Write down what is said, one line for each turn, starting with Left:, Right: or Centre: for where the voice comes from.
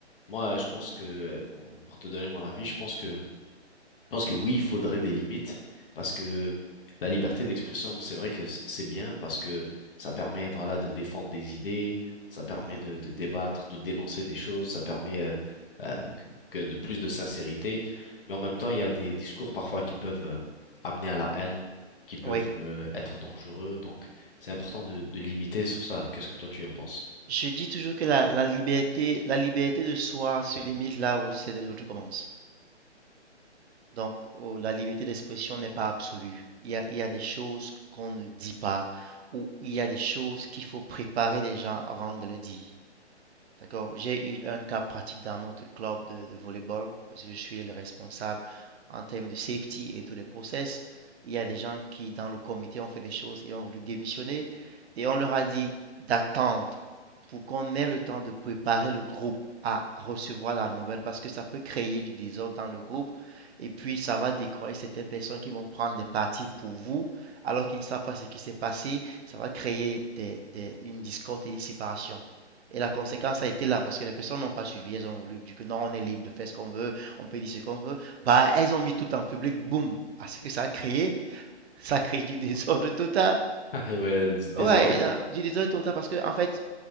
Left: Moi, je pense que, bon, pour te donner mon avis, je pense que je pense que oui, il faudrait des limites parce que la liberté d'expression, c'est vrai que c- c'est bien parce que ça permet, voilà, de défendre des idées, ça permet
Right: Mhm.
Left: de, de débattre, de dénoncer des choses, ça permet euh, euh, que que de plus de sincérité. Mais en même temps, il y a des discours parfois qui peuvent euh, amener à la haine, qui peuvent
Right: Oui.
Left: euh, être dangereux. Donc, c'est important de, de limiter sur ça. Qu'est-ce que toi tu en penses?
Right: Je dis toujours que la, la liberté, la liberté de soi se limite là où c'est de l'autre commence. Donc, oh, la liberté d'expression n'est pas absolue. Il y a, il y a des choses qu'on ne dit pas ou il y a des choses qu'il faut préparer les gens avant de le dire. D'accord. J'ai eu un cas pratique dans notre club de, de volleyball parce que je suis le responsable en termes de safety et tous les process. Il y a des gens qui, dans le comité, ont fait des choses et ont voulu démissionner et on leur a dit d'attendre pour qu'on ait le temps de préparer le groupe à recevoir la nouvelle parce que ça peut créer du désordre dans le groupe et puis ça va décroyer certaines personnes qui vont prendre des parties pour vous alors qu'ils ne savent pas ce qui s'est passé. Ça va créer des- des- une discorde et une séparation. Et la conséquence a été là parce que les personnes n'ont pas suivi. Elles ont voulu, du coup, non, on est libre de faire ce qu'on veut, on peut dire ce qu'on veut. Bah, elles ont mis tout en public, boum. Parce que ça a créé, <laughs> ça a créé du désordre total.
Left: <laughs> Ah, et ouais, du désordre.
Right: Ouais, euh, du désordre total parce que, en fait,